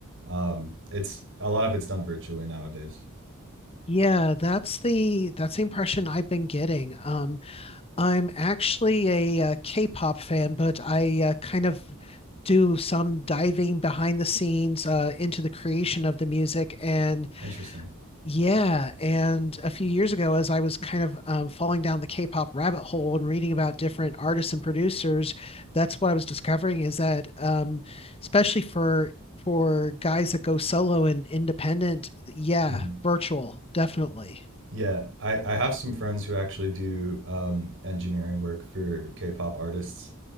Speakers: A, on the right; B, on the left.
A: um, it's a lot of it's done virtually nowadays.
B: Yeah, that's the that's the impression I've been getting. Um, I'm actually a, uh K-pop fan, but I uh, kind of do some diving behind the scenes uh, into the creation of the music, and
A: Interesting.
B: Yeah, and a few years ago, as I was kind of um, falling down the K-pop rabbit hole and reading about different artists and producers, that's what I was discovering is that, um, especially for for guys that go solo and independent, yeah,
A: hmm
B: virtual, definitely.
A: Yeah, I, I have some friends who actually do um, engineering work for K-pop artists,